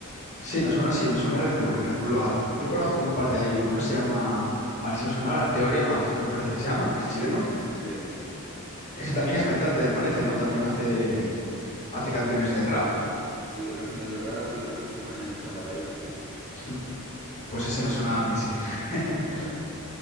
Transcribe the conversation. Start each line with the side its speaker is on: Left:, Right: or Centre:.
Left: Sí, me suena Sí, me suena Red Bull, Red Bull lo hacen. Yo conozco un par de ahí, uno que se llama, a ver si me suena ahora, Teorema, me parece que se llama, que es chileno.
Right: Sí, es chi- ese es chileno, sí, sí.
Left: Ese también es cantante, me parece, ¿no? También hace, hace canciones de rap.
Right: Sí, canciones de rap y participan en estas batallas, sí.
Left: Mm, Pues ese me suena a mí, sí. <laughs>
Right: Bueno,